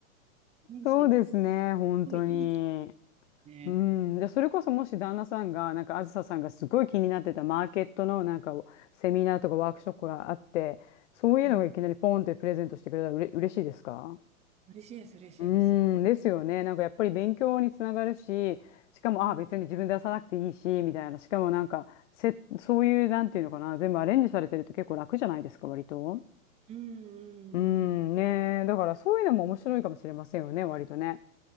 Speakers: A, on the right (about 15°); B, on the left (about 60°).
A: レンジなんか、
B: そうですね、
A: す
B: 本当に。
A: ごいいいね。
B: うん、で、それこそもし旦那さんが、なんかあずささんがすごい気になってたマーケットのなんかセミナーとかワークショップがあって、そういうのがいきなりポンってプレゼントしてくれたらうれ、
A: うん。
B: 嬉しいですか
A: 嬉しいです、嬉しいです。
B: うーん、ですよね。なんかやっぱり勉強につながるし、しかも、
A: うん。
B: ああ、別に自分で出さなくていいし、みたいな。しかもなんか、せ、そういう、なんていうのかな、全部アレンジされてると結構楽じゃないですか、割と。
A: うんうんうん。
B: うーん、ねえ。だからそういうのも面白いかもしれませんよね、割とね。